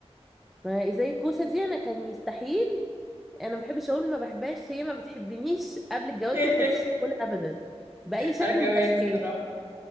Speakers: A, in the centre; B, on the right (about 20°).
A: ما هي زي الكوسه دي انا كان يستحيل انا ما بحبش اقول ما بحبهاش هي ما بتحبنيش قبل الجواز
B: <laughs>
A: ما كنتش اكلها ابدا باي شكل
B: انا كمان
A: من الاشكال
B: الصراحة